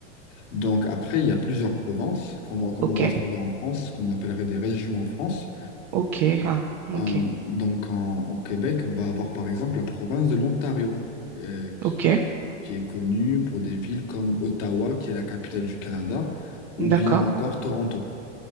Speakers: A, on the left; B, on the right.
A: Donc après, il y a plusieurs provinces, comme on, comme
B: Ok.
A: on va trouver en France, ce qu'on appellerait des régions en France.
B: Ok. Ah, ok.
A: Euh, donc en- au Québec, on va avoir par exemple la province de l'Ontario, euh, qui,
B: Ok.
A: qui est connue pour des villes comme Ottawa, qui est la capitale du Canada, ou
B: D'accord.
A: bien encore Toronto.